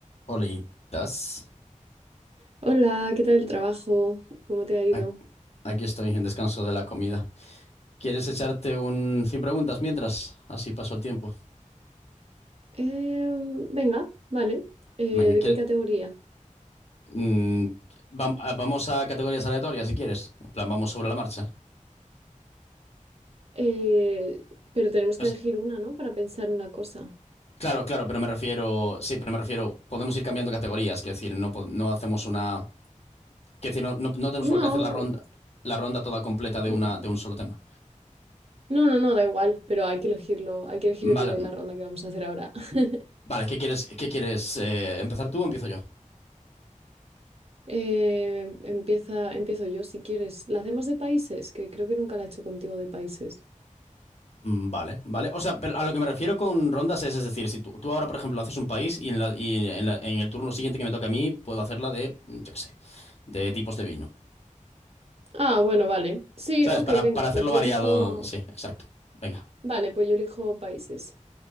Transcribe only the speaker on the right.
Hola, ¿qué tal el trabajo? ¿Cómo te ha ido?
Em, venga, vale. Eh,
¿de
qué categoría?
Eh, pero tenemos
que elegir una, ¿no? Para pensar en la cosa.
No,
mm,
no, no, no, da igual, pero hay que elegirlo, hay que elegir el
de la ronda que vamos a hacer ahora. <laughs>
Eh, empieza, empiezo yo si quieres. ¿La hacemos de países? Que creo que nunca la he hecho contigo de países.
Ah, bueno, vale. Sí,
ok,
venga,
pues yo
elijo.
Vale, pues yo elijo países.